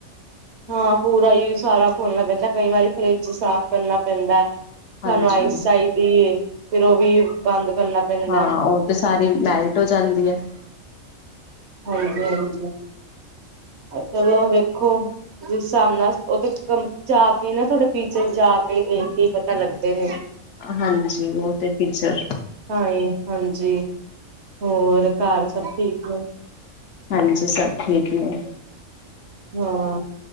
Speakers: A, on the right (about 60°); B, on the left (about 65°).
A: ਹਾਂ ਪੂਰਾ ਹੀ ਸਾਰਾ ਖੋਲਣਾ ਪੈਂਦਾ ਕਈ ਵਾਰੀ ਫਰਿੱਜ ਸਾਫ਼ ਕਰਨਾ ਪੈਂਦਾ
B: ਹਾਂਜੀ
A: ਸਾਨੂੰ ਆਈਸ ਅਈ ਪੀ ਫਿਰ ਉਹ ਵੀ ਬੰਦ ਕਰਨਾ ਪੈਂਦਾ
B: ਹਾਂ ਉਹ ਤੇ ਸਾਰੀ ਮੈਲਟ ਹੋ ਜਾਂਦੀ ਹੈ
A: ਹਾਂਜੀ ਹਾਂਜੀ ਚਲੋ ਵੇਖੋ ਜਿਸ ਹਿਸਾਬ ਨਾਲ ਉਹ ਜਾ ਕੇ ਨਾ ਥੋੜੇ ਫੀਚਰ ਜਾ ਕੇ ਦੇਖ ਕੇ ਹੀ ਪਤਾ ਲੱਗਦੇ ਨੇ
B: ਹਾਂਜੀ ਉਹ ਤੇ ਟੀਚਰ
A: ਹਾਈ ਹਾਂ ਹਾਂਜੀ ਹੋਰ ਘਰ ਸਭ ਠੀਕ ਨੇ
B: ਹਾਂਜੀ ਸਭ ਠੀਕ ਨੇ
A: ਹਾਂ